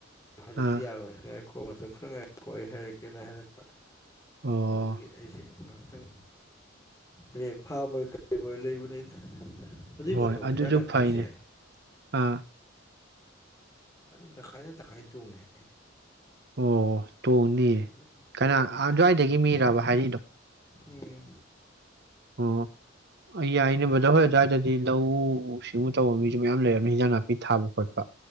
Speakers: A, on the left; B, on the right.
A: ꯍꯧꯖꯤꯛꯗꯤꯌꫭꯔ
B: ꯑꯥ
A: ꯈꫭꯟꯒ ꯀꯟꯊꯠꯅꯔꯦ ꯑꯩ ꯍꯥꯏꯔꯛꯀꯦꯅ ꯍꯥꯏꯔꯛꯄ
B: ꯑꯣ
A: ꯑꯗꯨꯗꯨꯒꯤ ꯑꯩꯁꯦ ꯉꯍꯥꯛꯇꯪ ꯕ꯭ꯔꯦꯛ ꯐꯥꯕꯣꯏ ꯀꯩꯔꯤꯕꯣꯏ ꯂꯩꯕꯅꯤꯗ ꯑꯗꯨꯒꯤ
B: ꯍꯣꯏ
A: ꯄꯣꯠꯇꯣ
B: ꯑꯗꯨꯁꯨ
A: ꯏꯟꯖꯥꯡ ꯅꯥꯄꯤꯁꯦ
B: ꯐꯩꯅꯦ ꯑꯥ
A: ꯑꯗꯨ ꯇꯈꯥꯏꯗꯦ ꯇꯈꯥꯏ ꯇꯣꯡꯉꯦ
B: ꯑꯣ ꯇꯣꯡꯅꯤꯌꯦ
A: ꯍꯥꯏꯗꯤ
B: ꯀꯅꯥ ꯑꯗꯨꯋꯥꯏꯗꯒꯤ ꯃꯤꯔꯕ ꯍꯥꯏꯔꯛꯏꯗꯣ
A: ꯎꯝ
B: ꯑꯣ ꯑꯩ ꯌꯥꯏꯅꯕꯗ ꯍꯣꯏ ꯑꯗꯨꯋꯥꯏꯗꯗꯤ ꯂꯧꯎ ꯁꯤꯡꯎ ꯇꯧꯕ ꯃꯤꯁꯨ ꯃꯌꯥꯝ ꯂꯩꯔꯝꯅꯤ ꯍꯟꯖꯥꯟꯅꯥ ꯄꯤ ꯊꯥꯕ ꯈꯣꯠꯄ